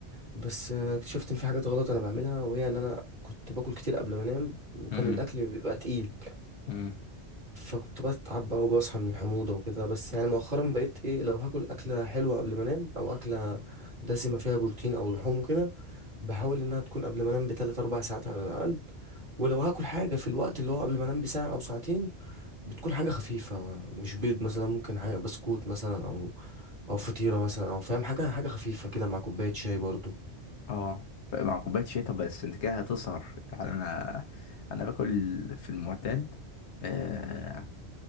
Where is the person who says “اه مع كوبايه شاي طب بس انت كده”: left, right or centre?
Left